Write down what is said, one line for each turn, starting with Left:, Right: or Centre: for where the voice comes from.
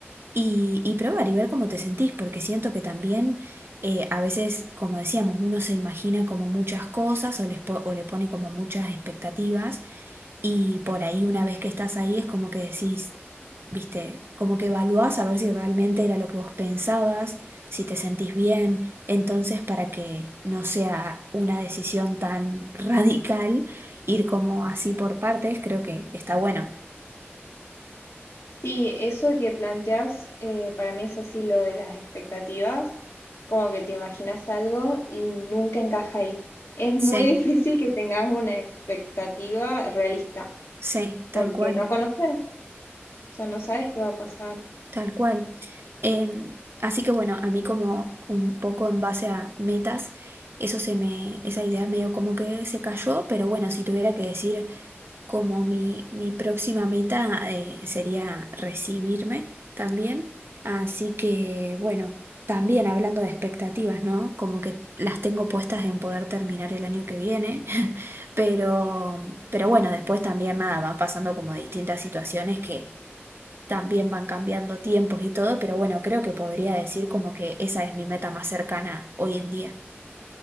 Right: y, y probar y ver cómo te sentís, porque siento que también eh, a veces, como decíamos, uno se imagina como muchas cosas o, les po- o le pone como muchas expectativas y por ahí, una vez que estás ahí, es como que decís, viste, como que evaluás a ver si realmente era lo que vos pensabas, si te sentís bien. Entonces, para que no sea una decisión tan <laughs> radical, ir como así por partes, creo que está bueno.
Left: Sí, eso que planteas eh, para mí es así lo de las expectativas. como que te imaginas algo y nunca encaja ahí. Es muy
Right: Sí,
Left: difícil que tengas una expectativa realista,
Right: sí, tal
Left: porque
Right: cual,
Left: no conoces, o sea, no sabes qué va a pasar.
Right: tal cual. Em, así que bueno, a mí como un poco en base a metas, eso se me, esa idea medio como que se cayó, pero bueno, si tuviera que decir como mi, mi próxima meta eh, sería recibirme también. Así que, bueno, también hablando de expectativas, ¿no? Como que las tengo puestas en poder terminar el año que viene, <laughs> pero, pero bueno, después también nada, van pasando como distintas situaciones que también van cambiando tiempos y todo, pero bueno, creo que podría decir como que esa es mi meta más cercana hoy en día.